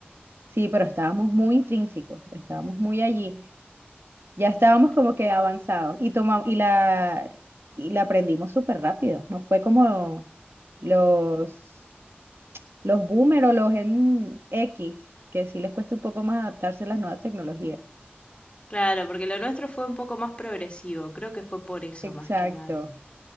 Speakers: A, on the right; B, on the left.
A: Sí, pero estábamos muy intrínsecos, estábamos muy allí. Ya estábamos
B: Sí.
A: como que avanzados y toma- y la y la aprendimos súper rápido. No fue como los los boomer o los en X, que sí les cuesta un poco más adaptarse a las nuevas tecnologías.
B: Claro, porque lo nuestro fue un poco más progresivo, creo que fue por eso
A: Exacto.
B: más que nada.